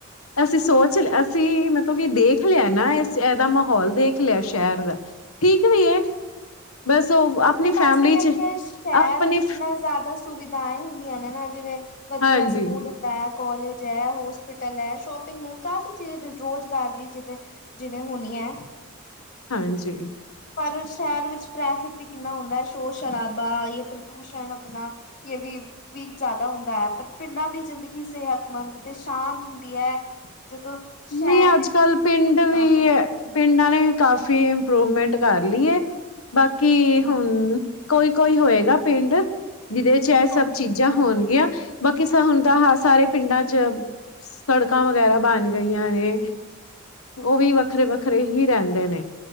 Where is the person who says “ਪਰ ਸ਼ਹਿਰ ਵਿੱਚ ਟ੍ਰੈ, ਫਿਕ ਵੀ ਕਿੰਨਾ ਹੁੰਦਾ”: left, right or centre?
Left